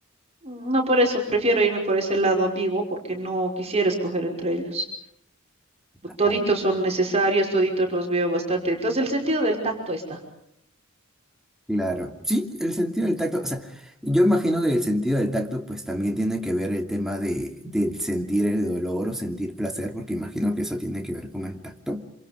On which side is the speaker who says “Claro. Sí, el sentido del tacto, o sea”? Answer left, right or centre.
Centre